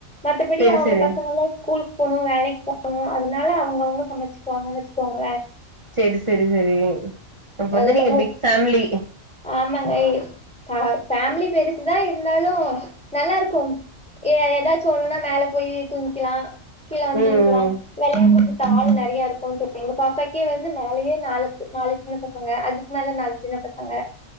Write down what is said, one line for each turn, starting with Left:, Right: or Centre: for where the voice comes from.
Centre: மத்தபடி
Right: செரி
Centre: அவங்க
Right: செரி
Centre: பசங்க எல்லா ஸ்கூலுக்கு போணு வேலைக்கு போணு அதனால அவங்கவுங்க சமைச்சுக்குவாங்கன் வெச்சுக்கோங்ளே
Right: செரி செரி செரி அப்ப வந்து
Centre: அது இல்லாம
Right: நீங்க பிக் ஃபேம்லி
Centre: ஆமாங்க பே ஃபேமிலி பெருசுதா இருந்தாலு நல்லா இருக்கு ஏ எதாச்சு ஒன்னுன்னா மேல போய் தூங்கிளா கீழ வந்து
Right: ம்
Centre: தூங்கிளா
Right: ம்
Centre: வெளயாடுறதுக்கு ஆள் நெறைய இருக்கு தோழி எங்க பாப்பாக்கே வந்து மேலயே நாலு நாலு சின்ன பசங்க அதுக்கு மேல நாலு சின்ன பசங்க